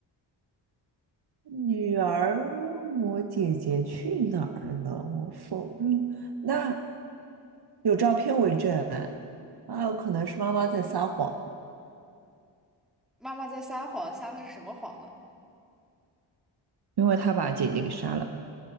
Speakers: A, on the right; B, in the centre.
A: 女儿问我姐姐去哪儿了，我否认。那有照片为证，啊，有可能是妈妈在撒谎。
B: 妈妈在撒谎，撒的是什么谎呢？
A: 因为她把姐姐给杀了，